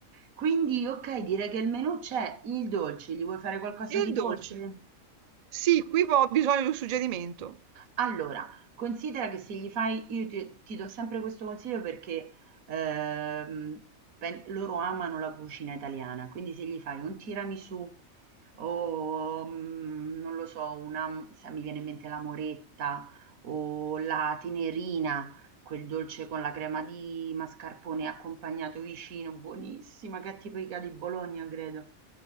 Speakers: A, on the right; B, on the right.
A: Quindi, okay, direi che il menù c'è, il dolce, gli vuoi fare qualcosa
B: E
A: di
B: il
A: dolce?
B: dolce? Sì, qui ho bisogno di un suggerimento.
A: Allora, considera che se gli fai io ti ti do sempre questo consiglio perché, ehm, pen loro amano la cucina italiana, quindi se gli fai un tiramisù o, mhmm, non lo so, una, mhmm, sai mi viene in mente la moretta o la tenerina Quel dolce con la crema di mascarpone accompagnato vicino, buonissima, che è tipica di Bologna, credo.